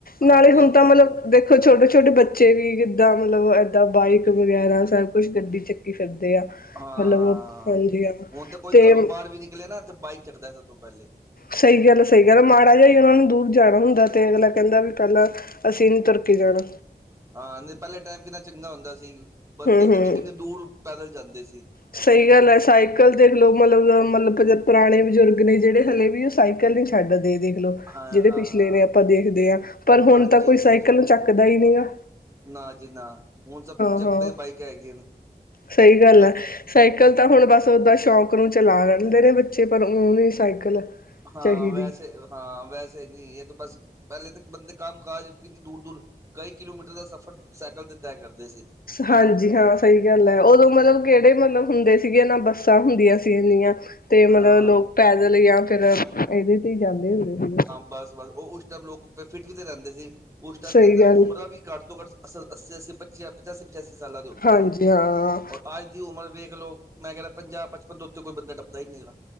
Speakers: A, on the left (about 65°); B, on the right (about 20°).
A: ਨਾਲੇ
B: ਹਾਂਜੀ
A: ਹੁਣ
B: ਹਾਂਜੀ
A: ਤਾਂ
B: ਹਾਂਜੀ
A: ਮਤਲਬ ਦੇਖ ਦੇਖੋ ਛੋਟੇ ਛੋਟੇ ਬੱਚੇ ਵੀ ਕਿੱਦਾਂ ਮਤਲਬ ਬਾਈਕ ਵਗੈਰਾ ਸਭ ਕੁੱਛ ਗੱਡੀ ਚ ਫਿਰਦੇ ਆ
B: ਹਾਂ
A: ਮਤਲਬ ਹਾਂਜੀ ਹਾਂ
B: ਹੁਣ ਤਾਂ ਕੋਈ
A: ਤੇ
B: ਘਰੋਂ ਬਾਹਰ ਵੀ ਨਿਕਲੇ ਨਾ ਤੇ ਬਾਈਕ ਚੜ੍ਹਦਾ ਸਭ ਤੋਂ ਪਹਿਲੇ।
A: ਸਹੀ ਗੱਲ ਸਹੀ ਗੱਲ ਮਾੜਾ ਜਿਹਾ ਹੀ ਉਹਨਾਂ ਨੂੰ ਦੂਰ ਜਾਣਾ ਹੁੰਦਾ ਤੇ ਅਗਲਾ ਕਹਿੰਦਾ ਵੀ ਪਹਿਲਾਂ ਅਸੀਂ ਨੀ ਤੁਰਕੀ ਜਾਣਾ।
B: ਹਾਂ ਨਹੀਂ ਪਹਿਲੇ ਟਾਈਮ ਕਿੰਨਾ ਚੰਗਾ ਹੁੰਦਾ ਸੀ ਬੰਦੇ
A: ਹੂੰ
B: ਕਿੰਨੇ
A: ਹੂੰ
B: ਕਿੰਨੇ ਦੂਰ ਪੈਦਲ ਜਾਂਦੇ ਸੀ।
A: ਸਹੀ ਗੱਲ ਹੈ ਸਾਈਕਲ ਦੇਖਲਓ ਮਤਲਬ ਮਤਲਬ ਪੁਰਾਣੇ ਬਜ਼ੁਰਗ ਨੇ ਜਿਹੜੇ ਹਲੇ ਵੀ। ਸਾਈਕਲ ਨੀ ਛੱਡ ਦੇਦੇ ਲ
B: ਹਾਂ ਹਾਂ
A: ਜਿਹੜੇ
B: ਹਾਂ
A: ਪਿਛਲੇ ਨੇ ਆਪਾਂ ਦੇਖਦੇ ਹਾਂ ਪਰ ਹੁਣ
B: ਹਾਂਜੀ
A: ਤਾਂ
B: ਹਾਂਜੀ
A: ਕੋਈ ਸਾਈਕਲ
B: ਹਾਂਜੀ
A: ਨੂੰ ਚੱਕਦਾ ਹੀ ਨਹੀਂ ਗ
B: ਨਾ ਜੀ ਨਾ ਹੁਣ ਸਭ ਚੱਕਦੇ
A: ਹਾਂ
B: ਬਾਈਕ ਹੈਗੀਆਂ ਨੇ।
A: ਸਹੀ ਗੱਲ
B: ਤੋ
A: ਆ। ਸਾਈਕਲ ਤਾਂ ਹੁਣ ਬਸ ਓਦਾਂ ਸ਼ੌਕ ਨੂੰ ਚਲਾ ਲੈਂਦੇ ਨੇ ਬੱਚੇ ਪਰ ਓ ਨਹੀਂ ਸਾਈਕਲ
B: ਹਾਂ
A: ਚਾਹੀਦੀ
B: ਵੈਸੇ ਹਾਂ ਵੈਸੇ ਨਹੀਂ ਇਹ ਤਾਂ ਬਸ ਪਹਿਲੇ ਤਾਂ ਬੰਦੇ ਕੰਮ ਕਾਜ ਕਿੰਨੀ ਦੂਰ-ਦੂਰ ਕਈ ਕਿਲੋਮੀਟਰ ਦਾ ਸਫ਼ਰ ਸਾਈਕਲ ਤੇ ਤੈਅ ਕਰਦੇ ਸੀ
A: ਹਾਂਜੀ ਹਾਂ ਸਹੀ ਗੱਲ ਹੈ ਉਦੋਂ ਮਤਲਬ ਕਿਹੜੇ ਮਤਲਬ ਹੁੰਦੇ ਸੀਗੇ ਨਾ ਬੱਸਾਂ ਹੁੰਦੀਆਂ ਸੀ ਇਨੀਆਂ ਤੇ ਮਤਲਬ
B: ਹਾਂ
A: ਲੋਕ ਪੈਦਲ ਜਾਂ ਫਿਰ ਇਹਦੇ ਤੇ ਜਾਂਦੇ ਹੁੰਦੇ ਸੀਗੇ
B: ਬਸ-ਬਸ ਉਹ ਉਸ ਟਾਈਮ ਲੋਕ ਫ ਫਿਟ ਵੀ ਤੇ ਰਹਿੰਦੇ ਸੀ ਉਸ ਟਾਈਮ
A: ਸਹੀ
B: ਕਹਿੰਦੇ
A: ਗੱਲ
B: ਉਮਰਾਂ ਵੀ ਘੱਟ ਤੋਂ ਘੱਟ ਅ ਅੱਸੀ-ਅੱਸੀ ਪੱਚੀਆਂ ਪਚਾਸੀ-ਪਚਾਸੀ ਸਾਲਾਂ ਦੀ ਹੁੰਦੀ
A: ਹਾਂਜੀ
B: ਸੀ
A: ਹਾਂ
B: ਔਰ ਅੱਜ ਦੀ ਉਮਰ ਵੇਖ ਲਓ ਮੈਂ ਕਹਿੰਦਾ ਪੰਜਾਹ ਪਚਪਨ ਤੋਂ ਉੱਤੇ ਕੋਈ ਬੰਦਾ ਟਪਦਾ ਹੀ ਨਹੀਂ ਹੈਗਾ